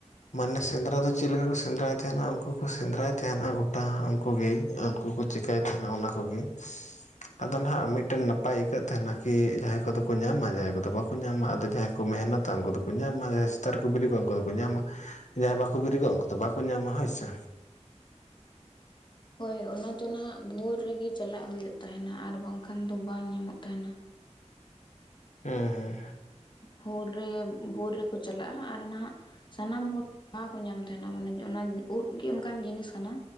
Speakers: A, on the left; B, on the left.
A: ᱢᱟᱱᱮ ᱥᱮᱸᱫᱽᱨᱟ ᱫᱚ ᱪᱮᱜ ᱞᱮᱠᱟ ᱠᱚ ᱥᱮᱸᱫᱽᱨᱟᱭ ᱛᱟᱦᱮᱸᱱᱟ ᱩᱱᱠᱩ ᱠᱚ ᱥᱮᱸᱫᱽᱨᱟᱭ ᱛᱟᱦᱮᱸᱱᱟ ᱜᱚᱴᱟ ᱠᱚᱜᱮ ᱩᱱᱠᱩ ᱠᱚ ᱪᱮᱠᱟᱹᱭ ᱛᱟᱦᱮᱸᱱᱟ ᱚᱱᱟ ᱠᱚᱜᱮ᱾ ᱟᱫᱚ ᱱᱟᱦᱟᱸᱜ ᱢᱤᱫᱴᱮᱱ ᱱᱟᱯᱟᱭ ᱟᱹᱭᱠᱟᱹᱜ ᱛᱟᱦᱮᱸᱱᱟ ᱠᱤ ᱡᱟᱦᱟᱸᱭ ᱠᱚᱫᱚ ᱠᱚ ᱧᱟᱢᱟ ᱡᱟᱦᱟᱸᱭ ᱠᱚᱫᱚ ᱵᱟᱠᱚ ᱧᱟᱢᱟ ᱟᱫ ᱡᱟᱦᱟᱸᱭ, ᱢᱮᱦᱱᱚᱛᱟ ᱩᱱᱠᱩ ᱫᱚᱠᱚ ᱧᱟᱢᱟ, ᱡᱟᱦᱟᱸᱭ ᱥᱮᱛᱟᱜ ᱨᱮᱠᱚ ᱵᱤᱨᱤᱫᱚᱜ-ᱟ ᱩᱱᱠᱩ ᱫᱚᱠᱚ ᱧᱟᱢᱟ᱾ ᱡᱟᱦᱟᱸᱭ ᱵᱟᱠᱚ ᱵᱮᱨᱮᱫᱚᱜ-ᱟ ᱩᱱᱠᱩ ᱫᱚ ᱵᱟᱠᱚ ᱧᱟᱢᱟ ᱦᱳᱭᱥᱮ᱾
B: ᱦᱳᱭ ᱦᱳᱛ, ᱚᱱᱟ ᱫᱚ ᱱᱟᱦᱟᱜ ᱵᱷᱳᱨ ᱨᱮᱜᱮ ᱪᱟᱞᱟᱜ ᱦᱩᱭᱩᱜ ᱛᱟᱸᱦᱮᱱᱟ ᱟᱨ ᱵᱟᱝᱠᱷᱟᱱ ᱫᱚ ᱵᱟᱝ ᱧᱟᱢᱚᱜ ᱛᱟᱸᱦᱮᱱᱟ᱾
A: ᱦᱮᱸ ᱦᱮᱸ᱾
B: ᱦᱚᱸᱜᱮ, ᱵᱷᱳᱨ ᱨᱮᱠᱚ ᱪᱟᱞᱟᱜ-ᱟ ᱟᱨ ᱱᱟᱦᱟᱜ ᱥᱟᱱᱟᱢ ᱦᱚᱲ ᱵᱟᱠᱚ ᱧᱟᱢ ᱛᱟᱸᱦᱮᱱ ᱢᱟᱱᱮ ᱚᱱᱟ ᱩᱫ ᱜᱮ ᱚᱱᱠᱟᱱ ᱡᱤᱱᱤᱥ ᱠᱟᱱᱟ᱾